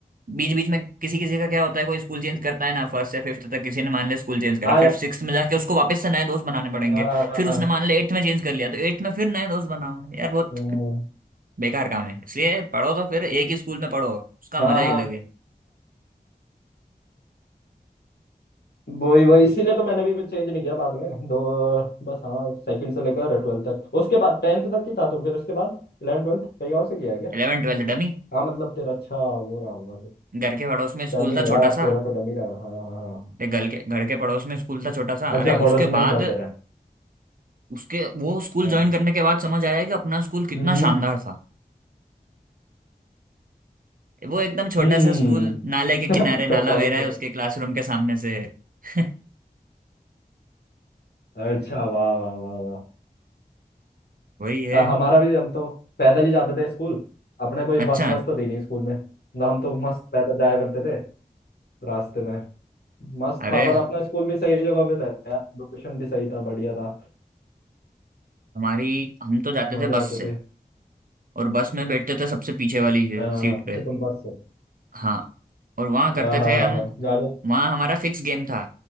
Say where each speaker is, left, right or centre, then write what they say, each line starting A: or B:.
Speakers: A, on the right; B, on the left.
A: बीच बीच में किसी किसी का क्या होता है कोई स्कूल चेंज करता है ना फर्स्ट या फिफ्थ तक किसी ने मान लिया स्कूल चेंज करा
B: हाँ यार
A: फिर सिक्स्थ में जाके उसको वापस से नए दोस्त बनाने पड़ेंगे
B: हाँ
A: फिर उसने मान लिया एट्थ में चेंज कर लिया तो एट्थ में फिर नए दोस्त बनाओ यार बहुत
B: हम्म,
A: बेकार काम है इसलिए पढ़ो तो फिर एक ही स्कूल में पढ़ो उसका
B: हाँ
A: मजा ही
B: हाँ
A: लगे
B: वही वही इसीलिए तो मैंने भी फिर चेंज नहीं किया बाद में दो बस हाँ सेकंड से लेकर ट्वेल्थ तक उसके बाद टेंथ तक ही था तो फिर उसके बाद इलेवन ट्वेल्थ कहीं और से किया है क्या
A: Eleven twelfth dummy
B: हाँ मतलब तेरा अच्छा वो रहा होगा फिर
A: घर के पड़ोस में स्कूल
B: डमी
A: था छोटा
B: यार
A: सा
B: तेरा तो डमी रहा हाँ हाँ हाँ हाँ।
A: ये घर के घर के पड़ोस में स्कूल था छोटा सा
B: अच्छा
A: अरे
B: पड़ोस
A: उसके
B: में
A: बाद
B: ही था तेरा
A: उसके वो स्कूल
B: हाँ
A: ज्वाइन करने के बाद समझ आया कि अपना स्कूल कितना
B: हम्म हम्म
A: शानदार था वो एकदम छोटा
B: हम्म,
A: सा स्कूल नाले के
B: हम्म।
A: किनारे नाला
B: <laughs> कॉलेज
A: बह रहा
B: में
A: है
B: तो
A: उसके क्लासरूम के सामने से <laughs>
B: अच्छा वाह वाह वाह वाह
A: वही है
B: अ, हमारा भी हम तो पैदल ही जाते थे स्कूल अपने कोई
A: अच्छा
B: बस वस तो थी नहीं स्कूल में ना हम तो मस्त पैदल जाया करते थे रास्ते में मस्त
A: अरे
B: था पर अपना स्कूल भी सही जगह पे था यार लोकेशन भी सही था बढ़िया था
A: हमारी हम तो जाते
B: मजा
A: थे बस
B: आते
A: से
B: थे
A: और बस में बैठते थे सबसे पीछे वाली ये
B: अ,
A: सीट पे
B: अच्छा तुम बस से
A: हाँ और वहाँ करते
B: हाँ हाँ
A: थे हम
B: हाँ जावेद
A: वहाँ हमारा फिक्स गेम था